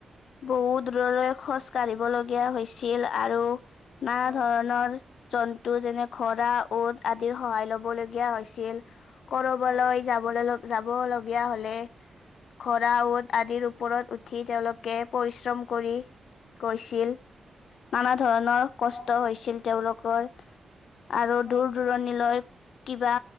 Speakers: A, on the left (about 85°); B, on the left (about 35°).
A: বহুত দূৰলৈ খোজ কাঢ়িবলগীয়া হৈছিল আৰু নানা
B: হয়
A: ধৰণৰ
B: হয়
A: জন্তু যেনে খৰা, ঔদ আদিৰ সহায় লবলগীয়া হৈছিল কৰবাল
B: হয়
A: যাব যাব ললক যাবলগীয়া হ'লে। খৰা, ঔদ আদিৰ ওপৰত উঠি তেওঁলোকে পৰিশ্ৰম কৰি গৈছিল নানা ধৰণৰ কষ্ট
B: হয়
A: হৈছিল তেওঁলোকৰ আৰু
B: হয়
A: দূৰ দূৰণিলৈ কিবা